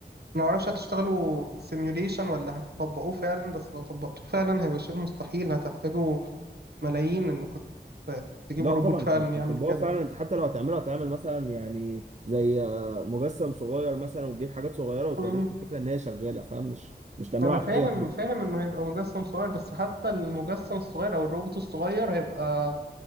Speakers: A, on the right; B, on the right.
A: ما اعرفش هتشتغلوا سيميوليشن ولا هتطبقوه فعلا بس لو طبقتوه فعلا هيبقى شبه مستحيل هتحتاجوا ملايين ان كنت تجيبوا
B: لا
A: روبوت
B: طبعا
A: فعلا
B: احنا مش
A: يعمل
B: بنطبقها
A: كده
B: فعلا انت حتى لو هتعمله هتعمل مثلا يعني زي آه، مجسم صغير مثلا وتجيب حاجات صغيره وتوريهم
A: مم.
B: الفكره ان هي شغاله فاهم مش مش تعمله
A: انا
B: على
A: فاهم
B: الحقيقه طبعا
A: فاهم انه هيبقى مجسم صغير بس حتى المجسم الصغير او الروبوت الصغير هيبقى